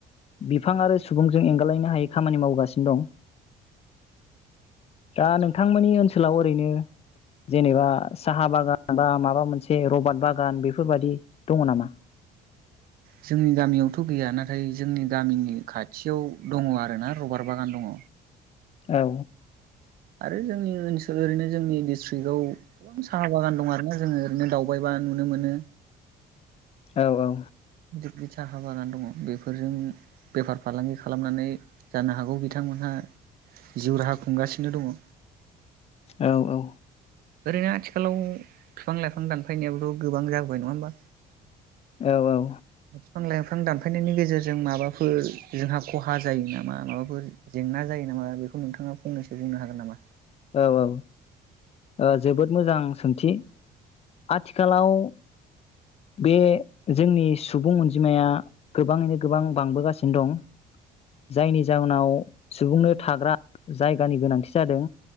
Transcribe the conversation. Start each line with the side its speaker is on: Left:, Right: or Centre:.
Left: बिफां आरो सुबुंजों एंगालायनो हायै खामानि मावगासिनो दं। दा नोंथांमोननि ओनसोल ओनसोलाव ओरैनो जेनेबा साहा बागान बा माबा मोनसे रबट बागान बेफोरबादि दङ नामा?
Right: जोंनि गामियावथ गैया नाथाय जोंनि गामिनि खाथियाव दङ आरोना रबार बागान दङ।
Left: औ
Right: आरो जोंनि ओनसोल ओरैनो जोंनि डिस्ट्रिक्टआव साहा बागान दं आरोना जोङो ओरैनो दावबायबा नुनो मोनो।
Left: औ औ
Right: बि साहा बागान दङ बेफोरजों बेफार फालांगि खालामनानै जानो हागौ बिथांमोनहा जिउ राहा खुंगासिनो दङ
Left: औ औ औ
Right: ओरैनो आथिखालाव बिफां लाइफां दानफायनायाबोथ' गोबां जाबोबाय नङा होमबा
Left: औ औ
Right: बिफां लाइफां दानफायनायनि गेजेरजों माबाफोर जोंहा खहा जायो नामा माबाफोर जेंना जायो नामा बेखौ नोंथाङा फंनैसो बुंनो हागोन नामा?
Left: औ औ औ ओ जोबोद मोजां सोंथि आथिखालाव बे जोंनि सुबुं अनजिमाया गोबाङैनो गोबां बांबोगासिनो दं जायनि जाहोनाव सुबुंनो थाग्रा जायगानि गोनांथि जादों